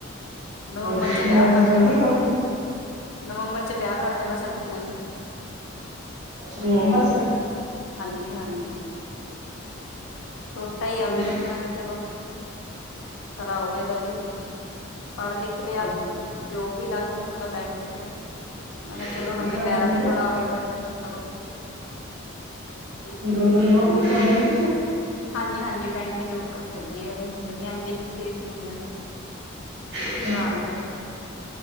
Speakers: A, on the left; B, on the right.
A: ਨਵੰਬਰ
B: ਹਾਂਜੀ,
A: ਚ ਵਿਆਹ
B: ਮੈਰਿਜ
A: ਕਰ
B: ਜਲਦੀ
A: ਦੇਣਾ
B: ਕਰੋਗੇ
A: ਨਵੰਬਰ ਚ ਵਿਆਹ ਕਰ ਦੇਣਾ ਸਰਦੀਆਂ ਚ
B: ਅੱਛਾ ਮੁੰਬਰ ਸ
A: <inaudible> ਛੋਟਾ ਹੀ
B: ਠੀਕ
A: ਆ ਮੇਰੇ
B: ਹੈ
A: ਤੇ ਮੈਂ ਕਿਹਾ ਚਲੋ ਕਰਾਓ ਇਹਦਾ ਵੀ ਹੁਣ ਪੜ੍ਹ ਲਿਖ ਲਿਆ
B: ਹਾਂਜੀ
A: ਜੋ ਵੀ ਲੱਗ ਗੀ ਹੋਣ ਤਾਂ ਬੈਂਕ ਚ ਮੈਂ ਕਿਹਾ
B: ਕਿਹੜੇ
A: ਚਲੋ ਹੁਣ ਆਪਣੇ
B: ਭਰਾ
A: ਪੈਰਾਂ
B: ਕੀ ਕਰਦੇ
A: ਤੇ ਖੜਾ ਹੋ ਗਿਆ ਮੈਂ ਕਿਹਾ ਕਰੋ
B: ਉ ਜੋ ਬੈਂਕ
A: ਹਾਂਜੀ ਹਾਂਜੀ ਬੈਂਕ ਚ ਜੋਤ ਲੱਗੀ ਆ ਉਹਦੀ ਮੁੰਡੇ ਨੇ ਐਮ ਬੀ ਏ ਕੀਤੀ ਸੀ ਮੁੰਡੇ ਨੇ
B: ਅ
A: ਭਰਾ
B: ਅੱਛਾ
A: ਨੇ